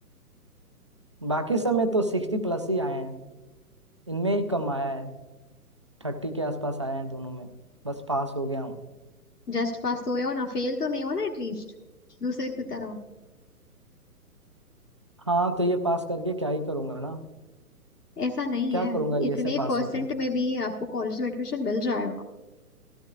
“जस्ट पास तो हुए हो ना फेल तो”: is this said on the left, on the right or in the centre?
Left